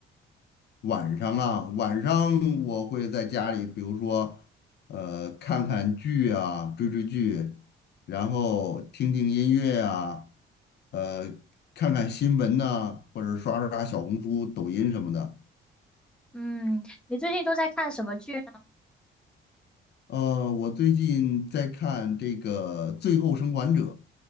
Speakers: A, on the left; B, in the centre.
A: 晚上啊，晚上我会在家里，比如说，呃，看看剧啊，追追剧，然后听听音乐啊，呃，看看新闻呐、或者刷刷小红书、抖音什么的。
B: 嗯，你最近都在看什么剧呢？
A: 呃，我最近在看这个《最后生还者》